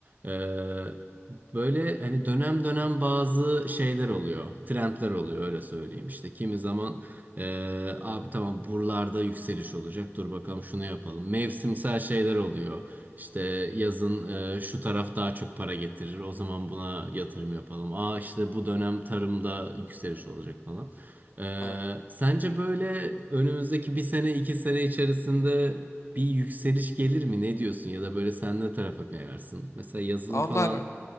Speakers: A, on the right; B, on the left.
A: Ee, böyle hani dönem dönem bazı şeyler oluyor. Trendler oluyor öyle söyleyeyim. İşte kimi zaman ee, abi tamam buralarda yükseliş olacak. Dur bakalım şunu yapalım. Mevsimsel şeyler oluyor. İşte yazın e, şu taraf daha çok para getirir. O zaman buna yatırım yapalım. Aa işte bu dönem tarımda yükseliş olacak falan. E,
B: Abi.
A: sence böyle önümüzdeki bir sene iki sene içerisinde bir yükseliş gelir mi? Ne diyorsun? Ya da böyle sen ne tarafa kayarsın? Mesela yazılım
B: Aa,
A: falan.
B: Onlar